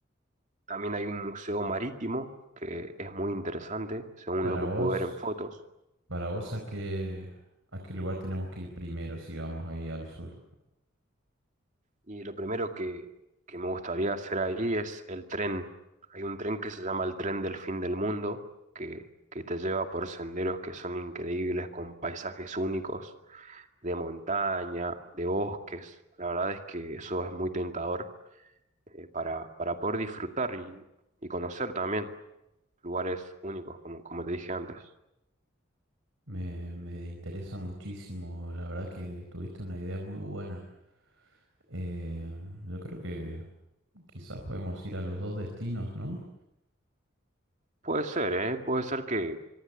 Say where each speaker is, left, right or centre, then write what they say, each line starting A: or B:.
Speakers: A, on the right (about 40°); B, on the right (about 75°).
A: también hay un museo marítimo que es muy interesante, según
B: Para
A: lo que
B: vos,
A: pude ver en fotos,
B: para vos, ¿a qué, a qué lugar tenemos que ir primero si vamos ahí al sur?
A: y lo primero que, que me gustaría hacer ahí es el tren. Hay un tren que se llama el tren del fin del mundo, que, que te lleva por senderos que son increíbles, con paisajes únicos de montaña, de bosques. La verdad es que eso es muy tentador eh, para, para poder disfrutar y, y conocer también lugares únicos, como, como te dije antes.
B: Me, me interesa muchísimo, la verdad que tuviste una idea muy buena. Eh, yo creo que quizás podemos ir a los dos destinos, ¿no?
A: Puede ser, ¿eh? Puede ser que